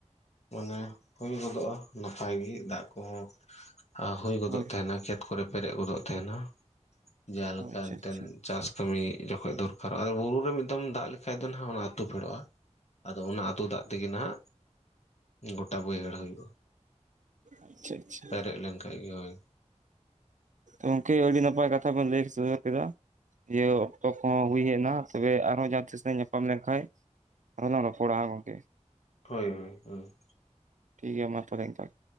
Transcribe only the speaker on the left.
ᱚᱱᱮ ᱦᱩᱭ ᱜᱚᱫᱚᱜᱼᱟ ᱱᱟᱯᱟᱭ ᱜᱮ ᱫᱟᱜ ᱠᱩᱦᱚᱸ ᱦᱟᱸ ᱦᱩᱭ ᱜᱚᱫᱚᱜ
ᱛᱟᱦᱮᱱᱟ ᱠᱷᱮᱛ ᱠᱚᱨᱮ ᱯᱮᱨᱮᱡ ᱜᱚᱫᱚᱜ ᱛᱟᱦᱮᱱᱟ ᱡᱟᱦᱟᱸ
ᱞᱮᱠᱟ
ᱮᱱᱛᱮᱫ
ᱪᱟᱥ ᱠᱟᱹᱢᱤ ᱡᱚᱠᱷᱚᱜ ᱫᱚᱨᱠᱟᱨᱚᱜᱼᱟ ᱵᱩᱨᱩ ᱨᱮ ᱢᱤᱫ ᱫᱚᱢ ᱫᱟᱜ ᱞᱮᱠᱷᱟᱡ ᱫᱚ ᱱᱟᱦᱟᱜ ᱚᱱᱟ ᱟᱹᱛᱩ ᱯᱷᱮᱰᱚᱜᱼᱟ ᱟᱫᱚ ᱚᱱᱟ ᱟᱹᱛᱩ ᱫᱟᱜ ᱛᱮᱜᱮ ᱱᱟᱜ ᱜᱚᱴᱟ ᱵᱟᱹᱭᱦᱟᱹᱲ ᱦᱩᱭᱩᱜᱼᱟ
ᱯᱮᱨᱮᱡ ᱞᱮᱱᱠᱷᱟᱡ ᱜᱮ ᱦᱳᱭ
ᱦᱳᱭ ᱦᱳᱭ